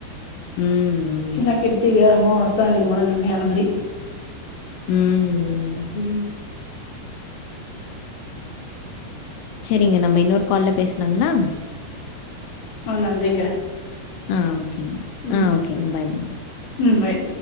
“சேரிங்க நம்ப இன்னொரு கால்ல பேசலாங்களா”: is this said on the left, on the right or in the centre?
Left